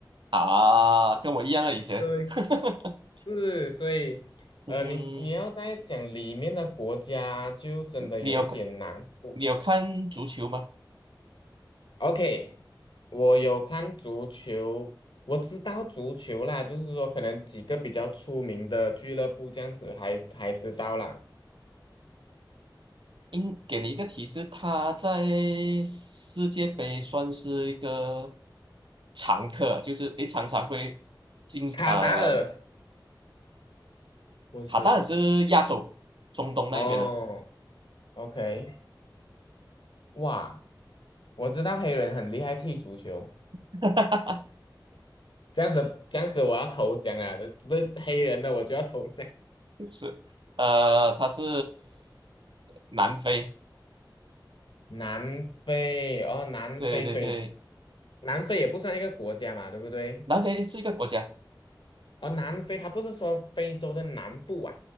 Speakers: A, on the right; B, on the left.
A: 啊，跟我一样啊，以前，
B: <laughs> 对，
A: <laughs>
B: 是，所以呃你你要再讲里面的国家，
A: 嗯哼，
B: 就真的有一点难度。
A: 你有看你有看足球吗？
B: OK，我有看足球，我知道足球啦，就是说可能几个比较出名的俱乐部这样子还还知道啦，
A: 应给你一个提示，他在世界杯算是一个常客，就是诶常常会进啊、
B: 卡达尔。不是
A: 他当然是亚洲中东那边的。
B: 哦，OK，哇，我知道黑人很厉害踢足球，
A: <laughs>
B: 这样子这样子我要投降了，这这黑人的我就要投降。
A: 是，呃，它是南非，
B: 南非哦，南非，
A: 对对对，
B: 所以南非也不算一个国家嘛，对不对？
A: 南非是一个国家
B: 哦，南非它不是说非洲的南部啊，